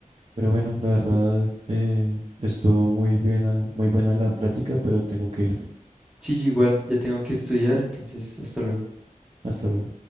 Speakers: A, on the right; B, in the centre.
A: Pero bueno, la verdad,
B: Tampoco-
A: eh, estuvo muy bien, muy buena la plática, pero tengo que irme.
B: Sí, yo igual, ya tengo que estudiar, entonces, hasta luego.
A: Hasta luego.